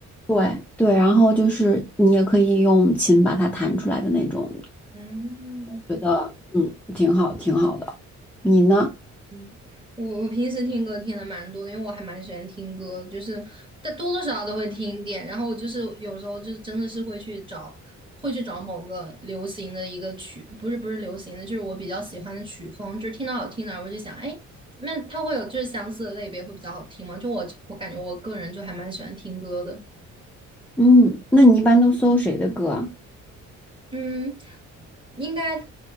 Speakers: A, in the centre; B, on the right.
A: 对对，然后就是你也可以用琴把它弹出来的那种，
B: 嗯，
A: 觉得嗯挺好，挺好的。你呢？
B: 嗯，我我平时听歌听的蛮多的，因为我还蛮喜欢听歌的，就是但多多少少都会听一点。然后我就是有时候就是真的是会去找，会去找某个流行的一个曲，不是不是流行的，就是我比较喜欢的曲风，就是听到好听的，我就想，哎，那它会有就是相似的类别会比较好听吗？就我我感觉我个人就还蛮喜欢听歌的。
A: 嗯，那你一般都搜谁的歌啊？
B: 嗯，应该